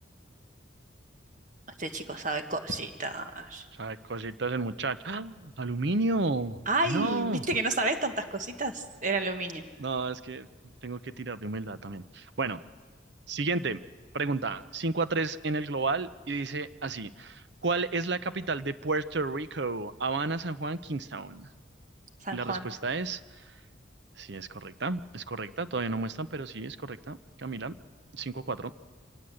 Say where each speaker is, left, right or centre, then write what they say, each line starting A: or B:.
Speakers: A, on the right; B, on the right.
A: Este chico sabe cositas.
B: Sabe cositas el muchacho. ¡Ah! ¡Aluminio!
A: ¡Ay!
B: ¡No!
A: ¿Viste que no sabes tantas cositas? Era aluminio.
B: No, es que tengo que tirar de humildad también. Bueno, siguiente pregunta. 5 a 3 en el global y dice así. ¿Cuál es la capital de Puerto Rico? Habana, San Juan, Kingstown.
A: San
B: Y la
A: Juan.
B: respuesta es, sí, es correcta, es correcta, todavía no muestran, pero sí, es correcta. Camila, cinco cuatro